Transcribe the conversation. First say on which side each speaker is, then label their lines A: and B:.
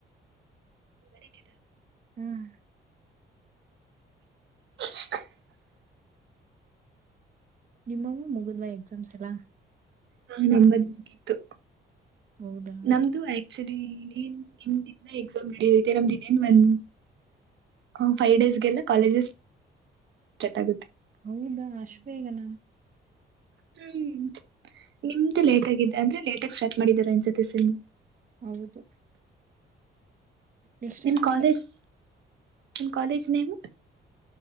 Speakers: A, on the right; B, on the right.
A: ನರಿೀತಿದೆ
B: ಹ್ಮ್
A: <inaudible>
B: ನಿಮ್ಮವೂ ಮುಗುದ್ವಾ ಎಕ್ಸಾಮ್ಸ್ ಎಲ್ಲಾ
A: ಹ ನದಗೀತ
B: ಹೌದಾ
A: ನಮ್ದು ಆಕ್ಚುಲಿ ನಿನ್ ನಿಮ್ದಿನ ಎಕ್ಸಾಮ್ ಹಿಡಐತೆ ನಮ್ದಿನ ಏನ್ ಬಂದ ಫೈವ್ ಡೇಸ್ಗೆಲ್ಲ ಕಾಲೇಜಸ್ ಕೆಟ್ಗುತ್ತೆ
B: ಹೌದಾ ಅಷ್ಟ ಬೇಗ ನ
A: ಹ್ಮ್ ನಿಮ್ದು ಲೇಟ್ ಆಗಿದ್ದ ಅಂದ್ರೆ ಲೇಟ್ ಆಗ ಸ್ಟಾರ್ಟ್ ಮಾಡಿದಿದ್ದಾರೆ ಅನ್ ಜೊತೆ ಸಮ್
B: ಹೌದು ನೆಕ್ಸ್ಟ್
A: ನಿನ್
B: ನಮಗೆ
A: ಕಾಲೇಜ್ ನಿನ್ ಕಾಲೇಜ್ ನೇಮ್